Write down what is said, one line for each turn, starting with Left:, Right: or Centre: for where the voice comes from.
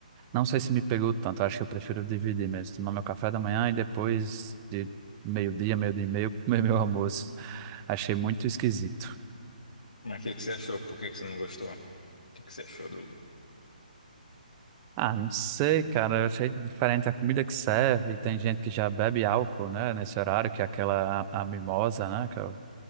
Right: não sei se me pegou tanto, acho que eu prefiro dividir mesmo, tomar meu café da manhã e depois de meio-dia, meio-dia e meio, <laughs> comer meu almoço, achei muito esquisito.
Left: Mas o que que você achou? Por que que você não gostou? O que que você achou do...
Right: Ah, não sei, cara. Eu achei diferente a comida que serve. Tem gente que já bebe álcool, né? Nesse horário, que é aquela a, a mimosa, né? Que é o,